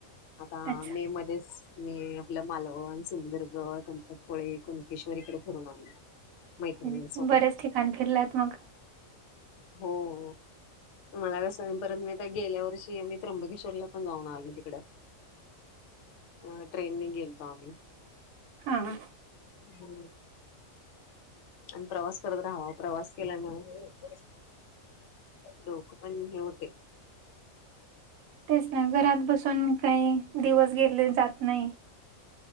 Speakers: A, on the left; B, on the right.
A: आता
B: अच्छा.
A: मे मध्यें बस ने आपल मालवण, सिंधदुर्ग, गणपतपुळे कुणकेश्वर कडे फिरून आलोय मैत्रिणी
B: हं.
A: सोबतं
B: बरेच ठिकाण फिरलात मग.
A: हो हो मला कसं आणि परतं मी आ गेल्या वर्षी मी त्र्यंबकेश्वरला पणं जाऊंन आलों तिकडं. अ ट्रेनिं गेलतो आम्हीं
B: हां हां
A: हो आणि प्रवास करतं रहावा आणि प्रवास केल्यानं हे. डोकं पणं हे होतें.
B: तेचं नां घरांत बसून कांहीं दिवस गेले जातं नाहीं.